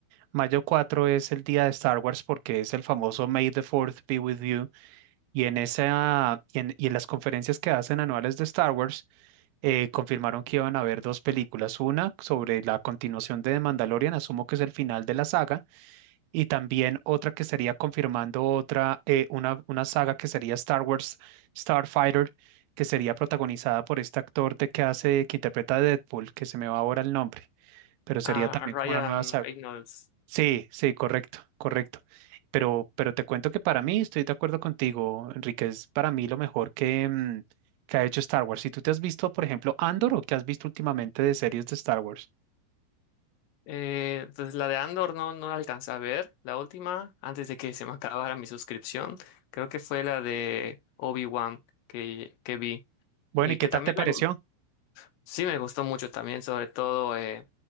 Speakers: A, on the right; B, on the left.
A: mayo 4 es el día de Star Wars porque es el famoso May the Fourth be with you. Y en esa, y en, y en las conferencias que hacen anuales de Star Wars, eh, confirmaron que iban a haber dos películas, una sobre la continuación de The Mandalorian, asumo que es el final de la saga, y también otra que sería confirmando otra, eh, una, una saga que sería Star Wars Starfighter, que sería protagonizada por este actor de que hace, que interpreta a Deadpool, que se me va ahora el nombre, pero sería
B: Ah,
A: también
B: Ryan
A: como una nueva saga.
B: Reynolds.
A: Sí, sí, correcto, correcto. Pero, pero te cuento que para mí, estoy de acuerdo contigo, Enrique, es para mí lo mejor que, mm, que ha hecho Star Wars. Si tú te has visto, por ejemplo, Andor o que has visto últimamente de series de Star Wars.
B: Eh, pues la de Andor no, no la alcancé a ver, la última, antes de que se me acabara mi suscripción, creo que fue la de Obi-Wan que, que vi
A: Bueno,
B: y
A: ¿y qué
B: que
A: tal
B: también
A: te pareció?
B: me gu- sí me gustó mucho también, sobre todo eh,